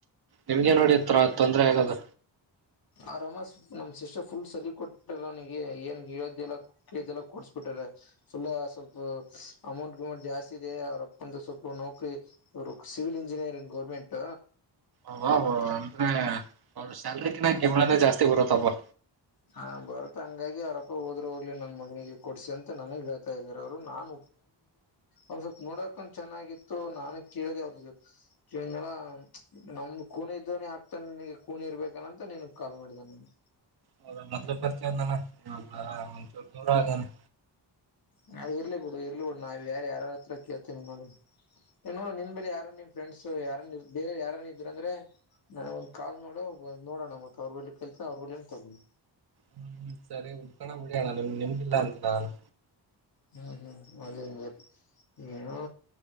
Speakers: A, on the right (about 60°); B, on the left (about 55°).
A: ನಿಮ್ಗೆ ನೋಡಿತ್ರ ತೊಂದ್ರರೆ ಆಗೋದು.
B: ಆವರಮ್ಮ, ನಮ್ ಸಿಸ್ಟರ್ ಫುಲ್ ಸಲಿಗೆ ಕೊಟ್ಟರ ಅವ ನಿಗೆ ಏನ್ ಹೇಳಿದೆಲ್ಲ ಕೊಡ್ಸಬಿಟ್ಟಾರೆ. ಸುಳ ಸ್ವಲ್ಪ ಅಮೌಂಟ್ ಗಿಮೌಂಟ್ ಜಾಸ್ತಿ ಇದೆ ಅವ್ರ ಅಪ್ಪಂದು ಸ್ವಲ್ಪ ನೌಕರಿ ರುಕ್ ಸಿವಿಲ್ ಇಂಜಿನಿಯರಿಂಗ್ ಗೌರ್ಮೆಂಟ್
A: ಅಬಾಬಾ ಅಂದ್ರೆ ಅವ್ರ ಸ್ಯಾಲರಿಗಿಂತ ಗಿಂಬಳನ ಜಾಸ್ತಿ ಬರುತ್ತಪ್ಪಾ
B: ಹಾ ಬರತ್ ಹಂಗಾಗಿ ಅವ್ರಪ್ಪ ಹೋದ್ರ ಹೋಗ್ಲಿ ನನ್ ಮನಿಗೆ ಕೊಡ್ಸಿ ಅಂತ ನನಗ್ ಹೇಳ್ತಾ ಇದ್ದಾರೆ ಅವರು ನಾನು ಒಂದು ಸ್ವಲ್ಪ ನೋಡಾಕು ಚೆನ್ನಾಗಿತ್ತು ನಾನು ಕೇಳಿದೆ ಅವ್ರ ಇವನ್ನೆಲ್ಲ ನಮ್ದ ಕೂಣೆ ಇದ್ದಾನೆ ಆಗ್ತಾನ ನಿಗೆ ಕೂಣೆ ಇರ್ಬೇಕನಂತ ನಿನಗ್ ಕಾಲ್ ಮಾಡ್ದಾನ ನಾನು
A: ಹೌದ ಮೊದಲ ಪರಿಚಯ ಇದ್ದ ಇವಾಗ ಒಂಚೂರು ದೂರ ಆಗಾನ
B: ನಾ ಇರ್ಲಿ ಬಿಡು ಇರ್ಲಿ ಬಿಡು ನಾವು ಯಾರ ಯಾರ ಹತ್ರ ಕೇತೇನ ನೋಡಿನ ನೋಡ ನಿನ್ ಬೇರೆ ಯಾರ ನಿಮ್ ಫ್ರೆಂಡ್ಸ್ ಯಾರು ಬೇರೆ ಯಾರ ಇದ್ರ ಅಂದ್ರೆ ನನಗೆ ಒಂದು ಕಾಲ್ ಮಾಡೋ ನೋಡೋಣ ಮತ್ತ ಅವ್ರಳ್ಳಿ ಕರೀತಾರೆ ಅವ್ರ ಹೋಗಿಂದ ಹೋಗೋಣ
A: ಹ್ಮ್ ಸರಿ ಉನ್ಸೋನ ಬಿಡಿಯೋಣ ನಿಮ್ ನಿಮಗಿಲ್ಲ ಅಂತನ ನಾನು
B: ಹ್ಮ್ ಹ್ಮ್ ಅದೇ ನ